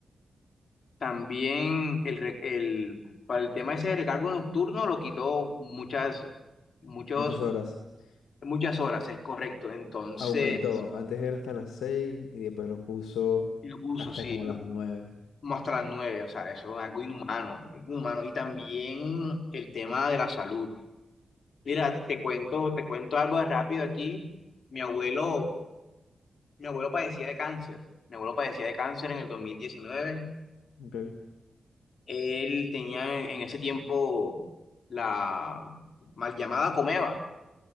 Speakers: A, on the left; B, on the left.
A: también el, re- el- para el tema ese de recargo nocturno, lo quitó muchas, muchos,
B: Muchas horas. Sí.
A: muchas horas, es correcto. Entonces...
B: Aumentó. Antes era hasta las 6 y después lo puso
A: Y lo puso,
B: hasta
A: sí,
B: como las
A: lo-
B: nueve
A: como hasta las nueve, o sea, eso es algo inhumano, inhumano. Y también el tema de la salud. Mira, te cuento, te cuento algo de rápido aquí. Mi abuelo, mi abuelo padecía de cáncer. Mi abuelo padecía de cáncer en el dos mil diecinueve
B: Ok,
A: Él tenía en, en ese tiempo la mal llamada Comeva,